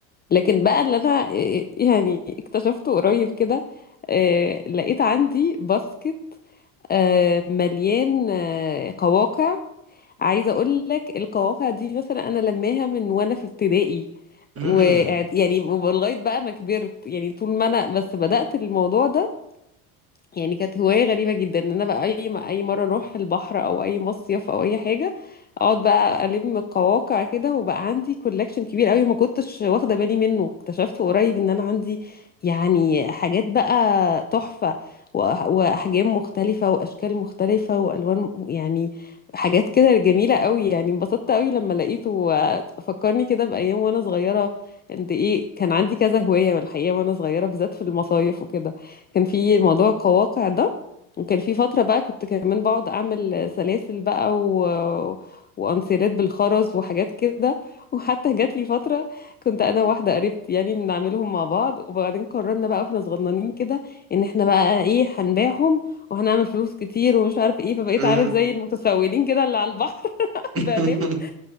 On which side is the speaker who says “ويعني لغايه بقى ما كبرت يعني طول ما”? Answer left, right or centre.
Left